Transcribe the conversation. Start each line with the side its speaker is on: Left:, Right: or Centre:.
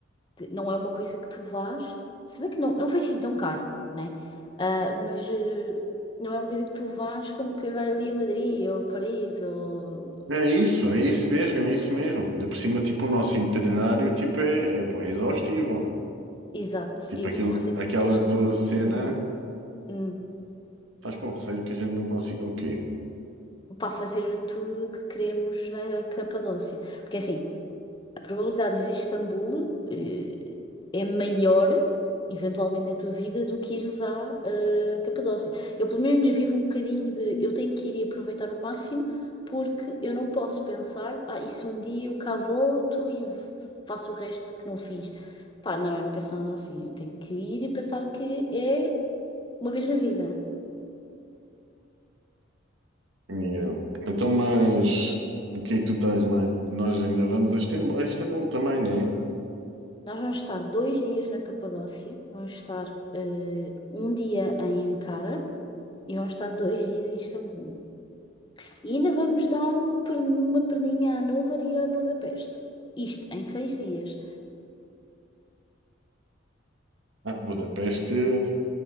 Left: de- não é uma coisa que tu vás. Se bem que não, não foi assim tão caro, né? Ah, mas eh, não é uma coisa que tu vás como quem vai ali a Madrid ou a Paris ou.
Right: É isso, é isso mesmo, é isso mesmo. Ainda por cima, tipo, o nosso itinerário, tipo, é, é bué exaustivo.
Left: Exato.
Right: Tipo,
Left: E eu estou
Right: aquilo,
Left: com receio
Right: aquela
Left: que a gente
Right: tua
Left: não consiga.
Right: cena,
Left: Hum.
Right: estás com receio que a gente não consiga o quê?
Left: Para fazer tudo o que queremos na Capadócia. Porque assim, a probabilidade de ires a Istambul eh, é maior, eventualmente, na tua vida do que ires à eh, Capadócia. Eu, pelo menos, vivo um bocadinho de eu tenho que ir e aproveitar o máximo, porque eu não posso pensar, ah, isso um dia eu cá volto e v- faço o resto que não fiz. Pá, não, eu não penso nada assim. Eu tenho que ir e pensar que é uma vez na vida.
Right: Yeah. Então, mas, o que é que tu estás mais? Nós ainda vamos a Istambul, a Istambul também, né?
Left: Nós vamos estar dois dias na Capadócia, vamos estar eh, um dia em Ankara e vamos estar dois dias em Istambul. E ainda vamos dar um per- uma perninha a Hannover e a Budapeste. Isto em seis dias.
Right: Ah, Budapeste.